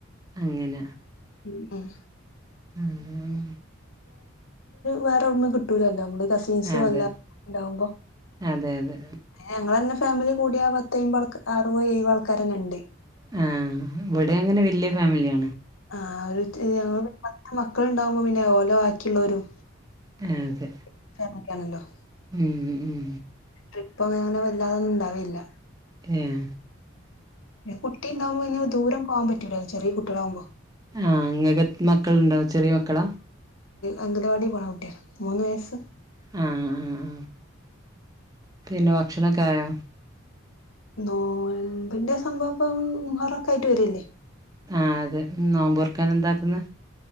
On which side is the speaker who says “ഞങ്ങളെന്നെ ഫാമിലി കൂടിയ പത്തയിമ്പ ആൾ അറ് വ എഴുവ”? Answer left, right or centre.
Left